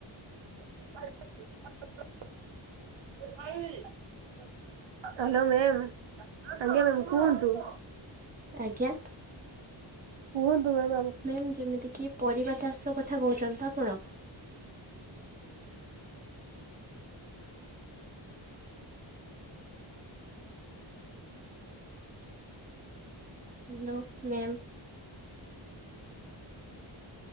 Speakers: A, on the right; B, on the right.
A: <inaudible> ହ୍ୟାଲୋ ମ୍ୟାମ୍ ଆଜ୍ଞା ମ୍ୟାମ୍ କୁହନ୍ତୁ।
B: ଆଜ୍ଞା।
A: କୁହନ୍ତୁ <unintelligible>
B: ମ୍ୟାମ୍ ଯେମିତିକି ପରିବା ଚାଷ କଥା କହୁଛନ୍ତି ଆପଣ? Hello ma'am.